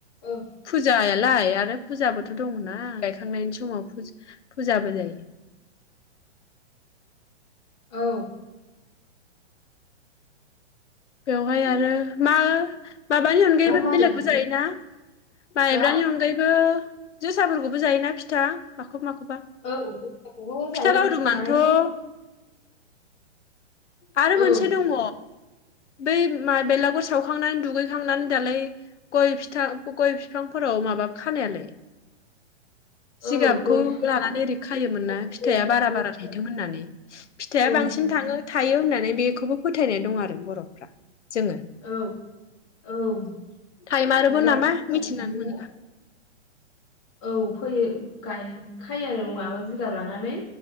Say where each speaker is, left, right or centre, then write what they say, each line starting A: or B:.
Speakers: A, on the left; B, on the left.
A: औ
B: फुजायालाय आरो फुजाबोथ' दङना गायखांनायनि समाव फुजाबो जायो। <inaudible>
A: औ
B: बेवहाय आरो मा माबानि अनगायैबो
A: आरो मागो
B: बेलेगबो
A: थाखो
B: जायोना। माइब्रानि
A: हा
B: अनगायैबो जोसाफोरखौबो जायोना फिथा माखौबा माखौबा
A: औ जखौबो होजायो
B: फिथा लावदुमानोथ'
A: बानायनो
B: आरो मोनसे
A: औ
B: दङ बै मा बेलागुर सावखांनानै दुगैखांनानै दालाय गय फिथाइ गय बिफांफोराव माबा खानायालाय जिगाबखौ
A: औ गय बिफाङाव
B: लानानै ओरै खायोमोन ना
A: होयो
B: फिथाइया
A: आरो गय
B: बारा बारा
A: फिथाइ
B: थायथों होननानै फिथाइया
A: औ
B: बांसिन
A: गिदिर
B: थाङो
A: गिदिर
B: होननानै बेखौबो फोथायनाय दं आरो बर'फ्रा जोङो
A: औ औ
B: टाइमारबो
A: माने दाउखा
B: नामा
A: फिसा
B: मिथिनानै
A: नुबानो
B: मोनला
A: औ फैयो गाय खायो आरो माबा जिगाब लानानै